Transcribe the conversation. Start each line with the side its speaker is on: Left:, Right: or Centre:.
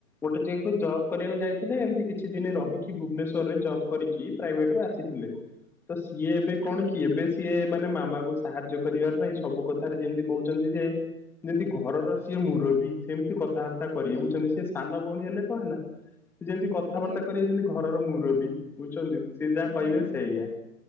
Centre: ଗୋଟେ ଜାଗା ଜବ୍ କରିବାକୁ ଯାଇଥିଲେ ଏମିତି କିଛି ଦିନ ରହିକି ଭୁବନେଶ୍ଵରରେ ଜବ୍ କରିକି ପ୍ରାଇଭେଟରେ ଆସିଥିଲେ। ତ ସିଏ ଏବେ କଣ
Right: ଆଜ୍ଞା
Centre: କି ଏବେ ସିଏ ମାନେ ମାମାଙ୍କୁ ସାହାଯ୍ୟ କରିବା ପାଇଁ ସବୁ କଥାରେ ଯେମିତି କହୁଚନ୍ତି ଯେ ଯେମିତି ଘରର ସିଏ ମୁରବୀ ସେମିତି କଥାବାର୍ତ୍ତା କରିବେ ବୁଝଚନ୍ତି ସେି ସାନ ଭଉଣୀ ହେଲେ କଣ ହେଲା। ସେ ଯେମିତି କଥାବାର୍ତ୍ତା
Right: ଆଜ୍ଞା
Centre: କରିବେ ଯେମିତି ଘରର ମୁରବ ବୁଝୁଚନ୍ତି ସିଏ ଯାହା
Right: ଆଜ୍ଞା
Centre: କହିବେ ସେୟା।